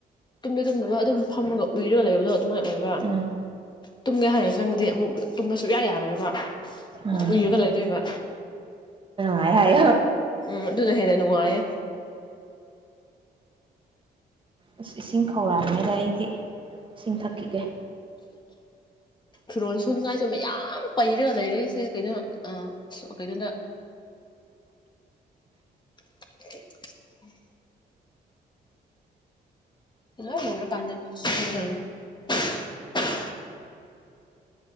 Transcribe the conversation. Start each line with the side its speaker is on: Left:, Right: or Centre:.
Left: ꯇꯨꯝꯗꯤ ꯇꯨꯝꯗꯕ ꯑꯗꯨꯝ ꯐꯝꯃꯒ ꯎꯏꯔꯒ ꯂꯩꯕꯗꯣ ꯃꯥꯏ ꯑꯣꯏꯕ
Right: ꯎꯝ
Left: ꯇꯨꯝꯒꯦ ꯍꯥꯏꯔꯁꯤ ꯆꯪꯉꯗꯤ ꯑꯃꯨꯛ ꯇꯨꯝꯕ ꯁꯨꯛꯌꯥ ꯌꯥꯔꯣꯏꯕ
Right: ꯎꯝ
Left: ꯎꯏꯔꯒ ꯂꯩꯥꯗꯣꯢꯕ
Right: ꯍꯥꯏ ꯍꯥꯏ
Left: ꯎꯝ ꯑꯗꯨꯅ ꯍꯦꯟꯅ ꯅꯨꯡꯉꯥꯏꯌꯦ
Right: ꯑꯁ ꯏꯁꯤꯡ ꯈꯧꯔꯥꯡꯉꯦꯗ ꯑꯩꯗꯤ ꯏꯁꯤꯡ ꯊꯛꯈꯤꯒꯦ
Left: ꯐꯤꯔꯣꯟ ꯁꯨꯅꯤꯡꯉꯥꯏꯁꯨ ꯃꯌꯥꯝ ꯄꯩꯔꯒ ꯂꯩꯔꯦꯁꯦ ꯀꯩꯅꯣ ꯑ ꯀꯩꯅꯣꯗ <inaudible> ꯂꯣꯢ ꯂꯣꯢꯔ ꯀꯥꯟꯗ <unintelligible> <inaudible>